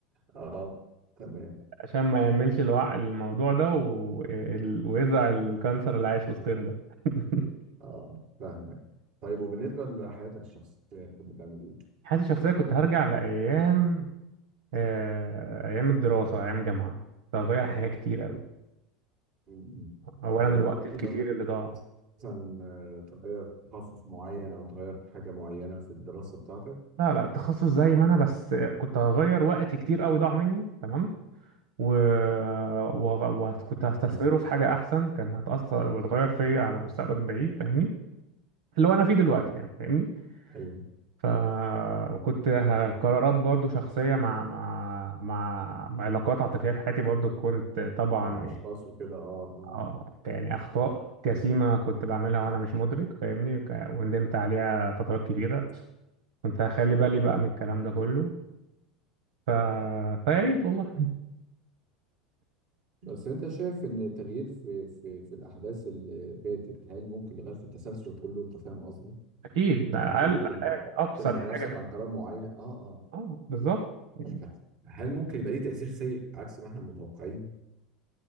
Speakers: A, on the right; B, on the right.
A: اه تمام
B: عشان ما يعملش الوع الموضوع ده و... ال- ويزرع الكانسر اللي عايش وسطنا ده <laughs>
A: اه فاهمك. طيب وبالنسبة لحياتك الشخصية تحب تعمل ايه؟
B: حياتي الشخصية كنت هرجع لأيام آه، أيام الدراسة أيام جامعة كنت هغير حاجات كتير أوي
A: م- م-
B: أولا
A: يعني
B: الوقت
A: ممكن
B: الكتير اللي ضاع
A: مثلا آه، تغير تخصص معين او تغير حاجه معينه في الدراسه بتاعتك
B: لا لا التخصص زي ما أنا بس كنت هغير وقت كتير أوي ضاع مني تمام و... وغ- وكنت هستثمره
A: مم.
B: في حاجة أحسن كان هتأثر وتغير فيا على مستقبل بعيد فاهمني اللي هو أنا فيه دلوقتي يعني فاهمني
A: ايوه
B: ف وكنت ه- قرارات برضو شخصية مع مع مع مع علاقات عاطفية في حياتي برضو كنت طبعا
A: مع
B: آه.
A: اشخاص
B: يعني
A: وكده اه مم.
B: اه يعني أخطاء جسيمة كنت بعملها وأنا مش مدرك فاهمني وك- وندمت عليها فترات كبيرة كنت هخلي بالي بقى من الكلام ده كله ف... فيا ريت والله
A: بس انت شايف ان التغيير في في في الاحداث اللي فاتت هل ممكن يغير في التسلسل كله انت فاهم قصدي
B: أكيد ده
A: يعني
B: أقل
A: انت ممكن
B: حاجة
A: آه،
B: أبسط
A: تمنع
B: حاجة
A: نفسك
B: في
A: عن قرار معين اه اه
B: اه بالظبط يعني
A: ف- هل ممكن يبقى ليه تأثير سيء عكس ما احنا متوقعين